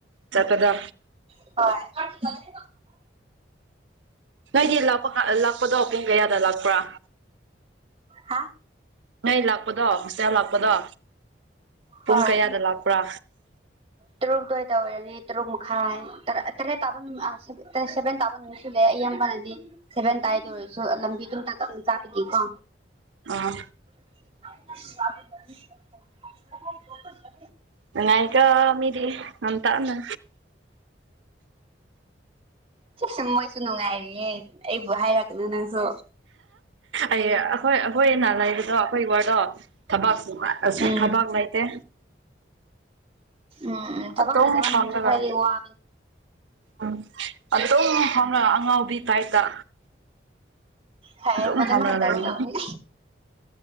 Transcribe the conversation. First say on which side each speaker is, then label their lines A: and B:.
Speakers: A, on the right (about 75°); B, on the right (about 30°).
A: ꯆꯠꯄꯗꯣ
B: ꯍꯣꯏ
A: ꯅꯣꯏꯗꯤ ꯂꯥꯛꯄ ꯂꯥꯛꯄꯗꯣ ꯄꯨꯡ ꯀꯌꯥꯗ ꯂꯥꯛꯄ꯭ꯔꯥ
B: ꯍꯥ
A: ꯅꯣꯏ ꯂꯥꯛꯄꯗꯣ ꯍꯣꯇꯦꯜ ꯂꯥꯛꯄꯗꯣ ꯄꯨꯡ
B: ꯍꯣꯏ
A: ꯀꯌꯥꯗ ꯂꯥꯛꯄ꯭ꯔꯥ
B: ꯇꯔꯨꯛꯇ ꯇꯣꯏ ꯇꯧꯔꯅꯤ ꯇꯔꯨꯛ ꯃꯈꯥꯏ ꯇꯔꯦꯠ ꯇꯥꯕ ꯅꯨꯃꯤꯠ ꯑ ꯁꯦꯚꯦꯟ ꯇꯥꯕ ꯑꯩꯁꯨ ꯂꯩ ꯢꯌꯥꯝꯕꯅꯗꯤ ꯁꯦꯚꯦꯟ ꯇꯥꯏꯗ ꯑꯣꯏꯔꯁꯨ ꯂꯝꯕꯤꯗꯨꯝ ꯇꯥꯛꯑꯝꯅꯤ ꯇꯥꯛꯄꯨꯗꯤꯀꯣ
A: ꯑꯥ
B: <inaudible> <unintelligible>
A: ꯅꯨꯡꯉꯥꯢꯒꯢ ꯃꯤꯗꯤ ꯉꯥꯟꯇꯅ
B: ꯁꯤ ꯁꯨꯝ ꯃꯣꯏꯁꯨ ꯅꯨꯡꯉꯥꯏꯔꯤꯌꯦꯦ ꯑꯩꯕꯨ ꯍꯥꯏꯔꯛꯀꯅꯨ ꯅꯪꯁꯨ
A: ꯑꯩ ꯑꯩꯈꯣꯏ ꯑꯩꯈꯣꯏꯅ ꯂꯩꯕꯗꯣ ꯑꯩꯈꯣꯏ ꯢꯋꯥꯗꯣ ꯊꯕꯥꯛ
B: ꯎꯝ
A: ꯊꯕꯥꯛ ꯂꯩꯇꯦ
B: ꯎꯝ ꯊꯕ
A: ꯑꯗꯨꯝ
B: ꯂꯩ ꯊꯕ
A: ꯐꯝꯔꯒ
B: ꯊꯨꯁꯨ ꯈꯔꯗꯤꯒ
A: ꯎꯝ ꯑꯗꯨꯝ ꯐꯥꯎꯅ ꯑꯉꯥꯎꯕꯤ ꯇꯥꯏꯇ
B: ꯐꯩꯌꯦ
A: ꯑꯗꯨ
B: ꯃꯗꯨꯃꯥꯏꯅ
A: ꯐꯖꯅ
B: ꯇꯧꯒꯗꯧꯕꯅꯤ
A: ꯂꯩ